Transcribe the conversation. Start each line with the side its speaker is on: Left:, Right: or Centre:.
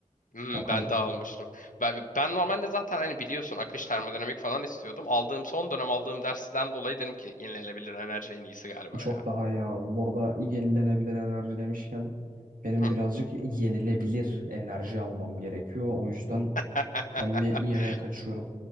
Left: hmm,
Right: Bakalım.
Left: ben de almıştım. Ben, ben normalde zaten hani biliyorsun akış termodinamik falan istiyordum. Aldığım son dönem aldığım dersten dolayı dedim ki yenilenebilir enerji en iyisi galiba
Right: Çok
Left: ya.
Right: daha iyi abi. Bu arada yenilenebilir enerji demişken benim
Left: Hı.
Right: birazcık yenilebilir enerji almam gerekiyor. O yüzden
Left: <laughs>
Right: ben bir yemeğe kaçıyorum.